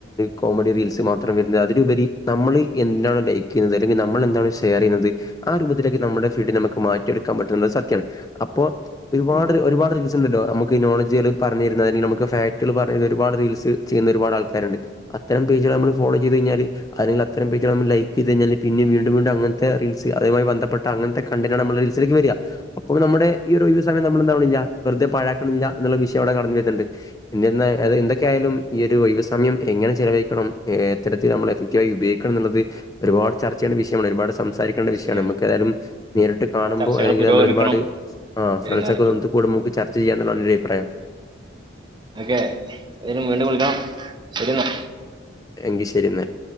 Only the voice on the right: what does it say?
ശരിയാണ്
ചർച്ചകൾ
പുരോഗമിക്കണം
വരും
കാലങ്ങളിൽ
ഓക്കെ അ <unintelligible> വീണ്ടും വിളിക്കണം ശരിയെന്നാ.